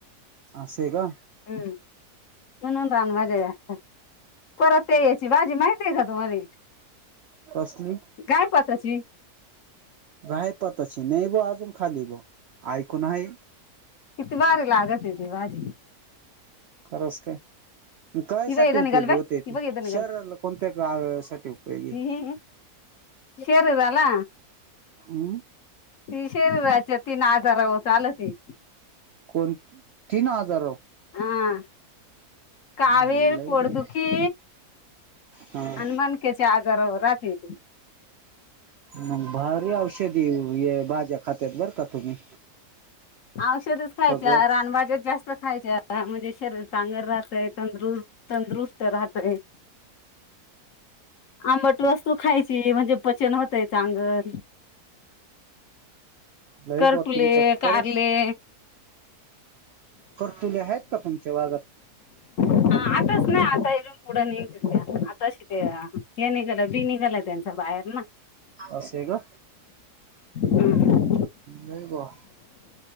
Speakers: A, on the right; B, on the left.
A: असय का?
B: हम्म म्हणून रान भाज्या असता परत ते याची भाजी माहितीये का तुम्हाले?
A: कसली?
B: गाय पताची?
A: गायपताची नाही बॉ आजून खाली बॉ ऐकून आहे.
B: किती भारी लागती ती भाजी.
A: खरस काय? कशासाठी
B: ही बाई इथं निघाली
A: उपयोगी
B: बाई
A: होते
B: ही
A: ती
B: बघ इथं निघाली
A: शरीराला कोणत्या का साठी उपयोगी?
B: ही, ही, ही. शरीराला?
A: हम्म
B: ती शरीराच्या तीन आजारावर चालती.
A: कोण? तीन आजारावर
B: हा कावीळ,
A: लय
B: पोटदुखी
A: बाई हा
B: आणि मन केची आजारावर राहते ती
A: मग भारी औषधी हे भाज्या खात्यात बरं का तुम्ही.
B: औषधच खायच्या,
A: सगळंच
B: रानभाज्या जास्त खायच्या हां म्हणजे शरीर चांगल राहतयं तंदरुस् तंदुरुस्त राहतयं आंबट वस्तू खायची म्हणजे पचन होतंय चांगल
A: नाई
B: करटुले
A: बुवा तुम्ही चेक
B: कारले
A: करस? करतुले हेत का तुमच्या भागात?
B: हां आताच स् नाय आतायेलौ पुढं निघल त्या आताशी ते हे निघाल बी निघाल त्यांच्या बाहेर ना.
A: असं हे का?
B: हां.
A: नाही बुवा,